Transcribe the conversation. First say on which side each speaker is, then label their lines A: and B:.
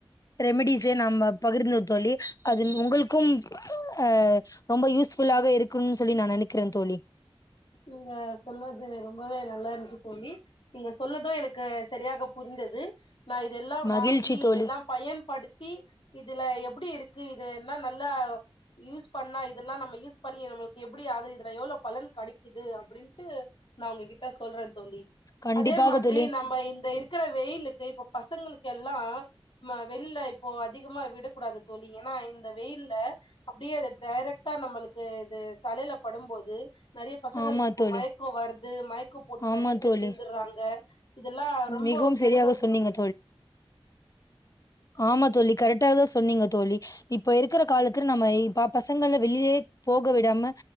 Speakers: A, on the left (about 40°); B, on the left (about 60°).
A: ரெமடிஸே நம்ம பகிர்ந்தோ தோழி அது உங்களுக்கு ஆ ரொம்ப யூஸ்ஃபுல்லாக இருக்கும்னு தோழி நா நெனைக்கிறே தோழி
B: நீங்க சொல்லுங்க ரொம்பவே நல்லா இருந்துச்சு தோழி நீங்க சொன்னது எனக்கு செரியாக புரிந்தது நா இதெல்லா
A: மகிழ்ச்சி
B: வாங்கி இதெல்லா
A: தோழி.
B: பயன்படுத்தி இதுல எப்டி இருக்கு இது என்ன நல்லா யூஸ் பண்ணா இதெல்லாம நம்ம யூஸ் பண்ணி நமக்கு எப்டி ஆகுது இதுல எவ்ளோ பலன் கடி க்கிது அப்டின்ட்டு நா உங்ககிட்ட சொல்றே தோழி
A: கண்டிப்பாக
B: அதே மாதிரி
A: தோழி.
B: நம்ம இந்த இரு க்குற வெயிலுக்கு இப்ப பசங்களுக்கு எல்லா ம்ம வெளில இப்போ அதிகமா விட கூடாது தோழி ஏன்னா இந்த வெயில்ல அப்டியே அத டைரக்ட்டா நம்மளுக்கு இது தலையில படும்போது நெறைய பசங்களுக்கு
A: ஆமா
B: இப்போ
A: தோழி.
B: மயக்கொ வருது மய க்கு போட்டு
A: ஆமா
B: நெறைய பேர்
A: தோழி.
B: விழுந்துடுறாங்க இதெல்லா ரொம்பொ
A: மிகவும்
B: கெடுதல்
A: சரியாக சொன்னீங்க
B: தோழி
A: ஆமா தோழி கரெக்டா தா சொன்னீங்க தோழி இப்ப இருக்குற காலத்துல நம்ம இப்ப பசங்கல வெளிலேயே போக விடாம